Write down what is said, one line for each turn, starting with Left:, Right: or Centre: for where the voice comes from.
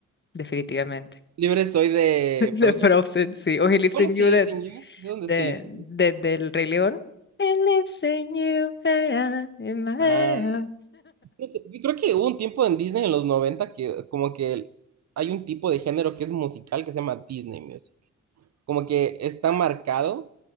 Left: definitivamente.
Right: Libre soy de
Left: De
Right: Frozen.
Left: Frozen, sí. O He Lives
Right: ¿Cuál
Left: in
Right: es
Left: You
Right: He Lives
Left: de,
Right: in You? ¿De dónde
Left: de,
Right: es He Lives in
Left: de-
Right: You?
Left: del Rey León. He lives in you, eh, ah, in my head,
Right: Ah,
Left: ah.
Right: no sé, yo creo que hubo un tiempo en Disney en los 90 que como que hay un tipo de género que es musical que se llama Disney Music. Como que está marcado